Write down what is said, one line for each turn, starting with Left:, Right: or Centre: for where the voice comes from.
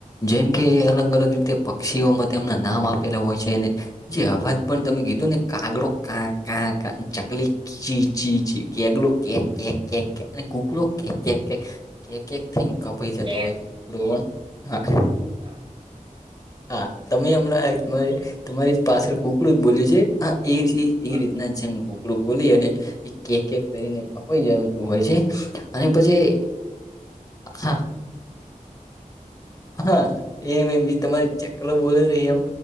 Left: જેમ કે અલગ અલગ રીતે પક્ષીઓમાં તેમના નામ આપેલા હોય છે. જે અવાજ પણ તમે કીધો ને કાગડો કા કા ક ચકલી. છી છી છી કેટલું કે કે કેને કૂકલો કે કે કે કે <unintelligible> પાઈ જતો
Right: કે
Left: હોય છે કુકલો પણ હા
Right: હા.
Left: હા તમે હમણાં તમારી પાછળ કુકડું જ બોલ્યું છે હ એ એજ ઈ
Right: હા
Left: એ રીતના જેમ કુકડું બોલી અને એ કે કેક કરીને કપાઈ જતું હોય છે. અને પછી હા. હા એમ એમ તમારી ચકલો બોલે રો એમ